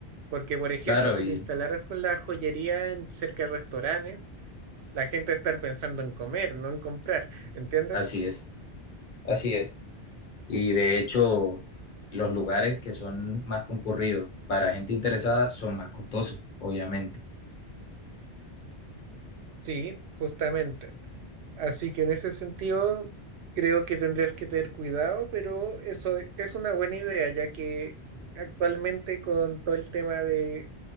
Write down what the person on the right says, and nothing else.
Porque, por ejemplo,
si
te instalaras con la joyería en cerca de restaurantes, la gente va a estar pensando en comer, no en comprar, ¿entiendes?
Sí, justamente. Así que en ese sentido, creo que tendrías que tener cuidado, pero eso es una buena idea, ya que actualmente con todo el tema de,